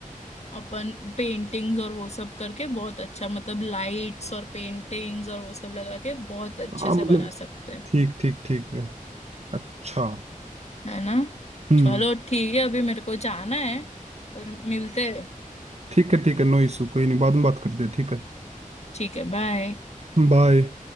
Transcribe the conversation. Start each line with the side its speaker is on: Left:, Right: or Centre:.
Left: अपन पेंटिंग्स और वो सब करके बहुत अच्छा मतलब लाइट्स और पेंटिंग्स और वो सब लगा के बहुत अच्छे
Right: हाँ
Left: से
Right: मतलब
Left: बना सकते हैं
Right: ठीक ठीक ठीक है अच्छा
Left: है ना
Right: हम्म
Left: चलो ठीक है अभी मेरे को जाना है पर मिलते हैं
Right: ठीक है ठीक है नो इशू कोई नहीं बाद में बात करते हैं ठीक है
Left: ठीक है बाय
Right: बाय